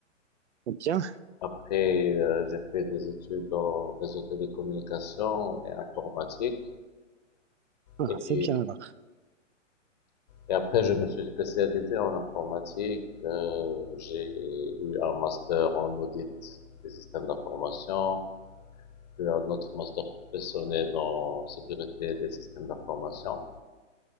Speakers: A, on the right; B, on the left.
A: Bien.
B: Après, euh, j'ai fait des études en réseau télécommunications et informatique.
A: Ah,
B: Et
A: c'est bien là.
B: Et après, je me suis spécialisé en informatique. euh, j'ai eu un master en audit des systèmes d'information, puis un autre master professionnel en sécurité des systèmes d'information.